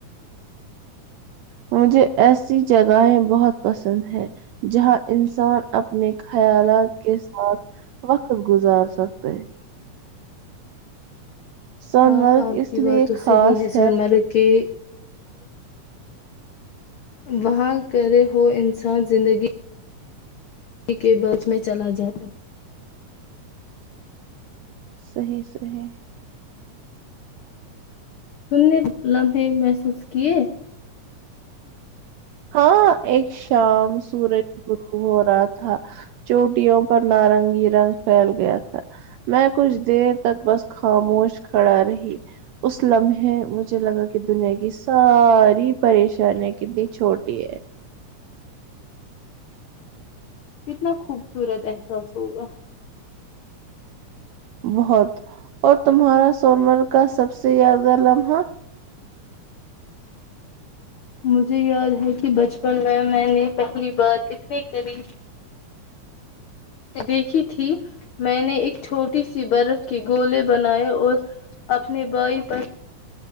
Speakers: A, on the right; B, on the left.
A: مجھے ایسی جگہیں بہت پسند ہے جہاں انسان اپنے خیالات کے ساتھ وقت گزار سکتے سونمرگ
B: ہاں آپ
A: اس
B: کی
A: لیے
B: بات تو
A: خاص
B: صحیح ہے سنر کے وہاں کرے ہو انسان زندگی پ کے بچ میں چلا جاتا
A: صحی صحی
B: تم نے لمحے محسوس کیے
A: ہاں ایک شام سورج گرو ہو رہا تھا چوٹیوں پر نارنگی رنگ پھیل گیا تھا میں کچھ دیر تک بس خاموش کھڑا رہی اس لمحے مجھے لگا کہ دنیا کی ساری پریشانی کی د چھوٹی ہے
B: کتنا خوبصورت احساس ہوگا
A: بہت اور تمہارا سون مرگ کا سب سے یادگار لمحہ
B: مجھے یاد ہے کہ بچپن میں میں نے پہلی بار اتنے قریب دیکھی تھی میں نے ایک چھوٹی سی برف کے گولے بنائے اور اپنے بھائی پر